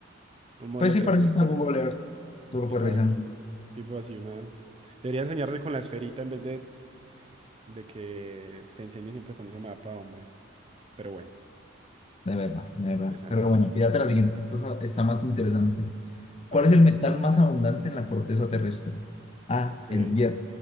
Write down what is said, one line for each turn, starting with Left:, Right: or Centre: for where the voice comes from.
Right: Un modelo
Left: Pues sí,
Right: 3D.
Left: para eso está Google Earth. Tú lo
Right: Exacto.
Left: puedes revisar.
Right: Tipo así, una... Debería enseñarse con la esferita en vez de, de que se enseñe siempre con ese mapa, hombre. Pero bueno,
Left: de verdad, de verdad.
Right: interesante.
Left: Pero bueno, fíjate la siguiente, esta está está más interesante. ¿Cuál
Right: A ver,
Left: es el metal más abundante en la corteza terrestre? A,
Right: ok.
Left: el hierro,